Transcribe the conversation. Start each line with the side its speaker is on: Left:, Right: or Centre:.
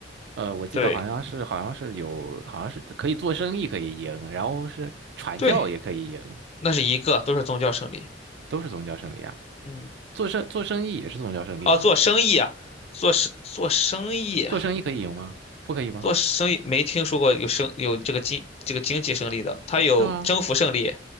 Right: 呃，我记得好像是好像是有好像是可以做生意可以赢，
Left: 对
Right: 然后是传教也可以赢，
Left: 对，那是一个，都是宗教胜利。
Right: 都是宗教胜利啊。
Left: 嗯，
Right: 做生做生意也是宗教胜利吗？
Left: 啊，做生意啊，做生做生意啊，
Right: 做生意可以赢吗？不可以吗？
Left: 做生意没听说过有生有这个经这个经济胜利的，它有征服胜利，
Right: 是吗？